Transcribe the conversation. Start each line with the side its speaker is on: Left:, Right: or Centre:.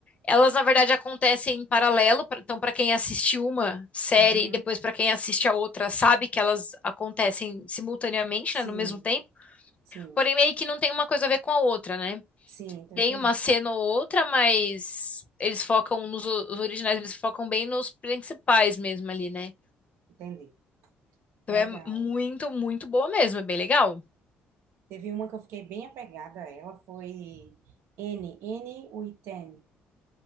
Left: Elas, na verdade, acontecem em paralelo, pra- então, para quem assiste uma série
Right: Uhum.
Left: e depois para quem assiste a outra, sabe que elas acontecem simultaneamente,
Right: Sim,
Left: né, no mesmo tempo,
Right: sim,
Left: porém meio que não tem uma coisa a ver com a outra, né?
Right: sim, tô
Left: Tem
Right: entendendo.
Left: uma cena ou outra, mas eles focam nos o- os originais, eles focam bem nos principais mesmo ali, né?
Right: Entendi.
Left: Então
Right: Legal.
Left: é muito, muito boa mesmo, é bem legal.
Right: Teve uma que eu fiquei bem apegada a ela, foi N, N Witten.